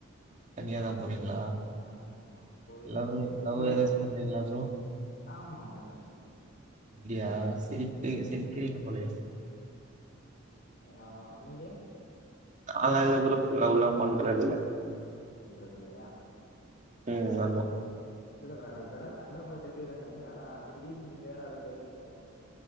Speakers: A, on the right (about 40°); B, on the left (about 50°).
A: தனியாதா போறீங்களா
B: ஆமா ஆமா ஸ்கூல்
A: லவ்
B: ஸ்கூல்
A: லவ் எதாச்சு பண்றீங்களா ப்ரோ
B: ஆமா பண்றே
A: அப்டியா சிரிப்பே
B: ஆமா
A: சிரிப்பே போலயே
B: ஆமா நீங்க
A: நாலா இல்ல ப்ரோ லவ்லா பண்றது இல்ல
B: பன்றதுல்லையா
A: நீங்க சொல்லுவோ
B: இல்ல ப்ரோ நா இப்பதா சண்ட போட்டுட்டு இருந்தேனே அதா திடீர்னு நீங்க வேற அத கேட்டிங்கலா